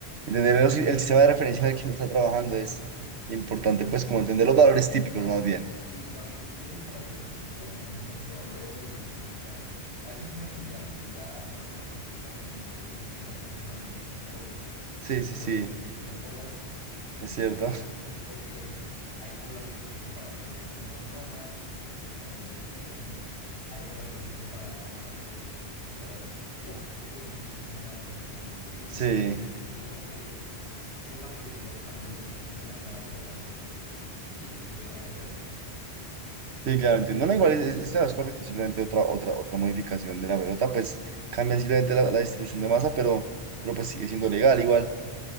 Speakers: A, on the right; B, on the left.
A: entender el, el sistema de referencia del que uno está trabajando es importante,
B: sí, sí,
A: pues
B: sí.
A: como entender los valores típicos
B: No,
A: más bien.
B: Y, y también, yo creo que para ser, digamos, también un buen jugador de bolos, también se necesita, a veces es como en el billar, pero ya no personalizas tus tacos, en este, en este caso personalizas tus bolas.
A: Sí,
B: Tú
A: sí,
B: juegas
A: sí,
B: con tus propias bolas <laughs>
A: es
B: y,
A: cierto. <laughs>
B: y porque hay bolas que sirven para hacer moñonas, pues, para hacer, sí, moñonas. Hay bolas que sirven para hacer, pues, para tirar directamente solo a un lado si te quedan dos pinos.
A: Sí,
B: Entonces, como que s- tiene la posibilidad de cambiar el centro de masa de la bola para hacer diferentes tipos de tiros y es legal hacerlo.
A: sí, claro, entiendo. No, igual, es, es- está, es correcto, simplemente otra, otra, otra modificación de la pelota, pues cambia simplemente la, la distribución de masa, pero, pero pues sigue siendo legal. Igual,